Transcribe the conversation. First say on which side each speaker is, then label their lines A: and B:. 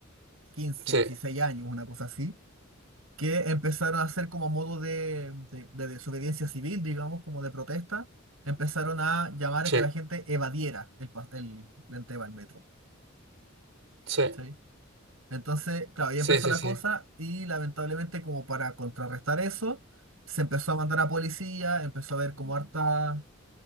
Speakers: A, on the right; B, on the right.
A: quince,
B: sí,
A: 16 años, una cosa así, que empezaron a hacer como modo de, de- de desobediencia civil, digamos, como de protesta, empezaron a llamar
B: sí,
A: a que la gente evadiera el, pa- el, el tema del metro.
B: sí,
A: ¿cachai? Entonces, claro, ahí
B: sí,
A: empezó
B: sí,
A: la
B: sí.
A: cosa y lamentablemente como para contrarrestar eso, se empezó a mandar a policía, empezó a haber como harta